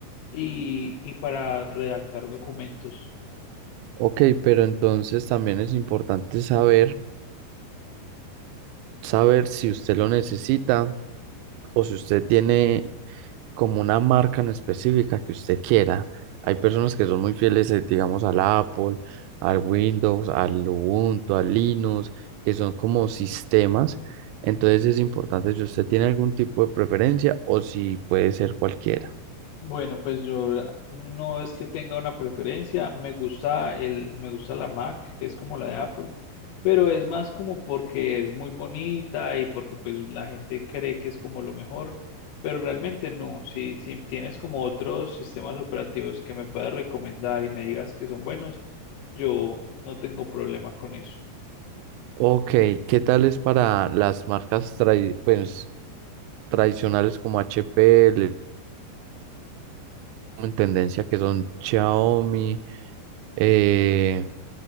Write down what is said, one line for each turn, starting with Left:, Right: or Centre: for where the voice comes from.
Left: y, y para redactar documentos.
Right: Ok, pero entonces también es importante saber, saber si usted lo necesita o si usted tiene como una marca en específica que usted quiera. Hay personas que son muy fieles, eh, digamos, al Apple, al Windows, al Ubuntu, al Linux, que son como sistemas. Entonces es importante si usted tiene algún tipo de preferencia o si puede ser cualquiera.
Left: Bueno, pues yo la- no es que tenga una preferencia, me gusta el, me gusta la Mac, que es como la de Apple, pero es más como porque es muy bonita y porque pues la gente cree que es como lo mejor, pero realmente no, si, si tienes como otros sistemas operativos que me puedas recomendar y me digas que son buenos, yo no tengo problema con eso.
Right: Ok, ¿qué tal es para las marcas trai- pues, tradicionales como HP, le- en tendencia que son Xiaomi? eh,